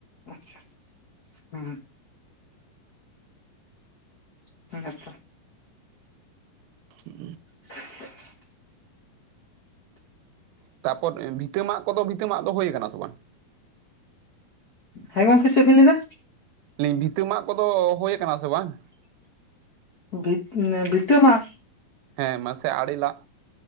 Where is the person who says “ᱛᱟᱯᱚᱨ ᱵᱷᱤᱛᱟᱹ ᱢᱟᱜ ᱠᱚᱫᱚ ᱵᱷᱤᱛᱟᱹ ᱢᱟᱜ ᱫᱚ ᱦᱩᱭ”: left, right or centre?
Right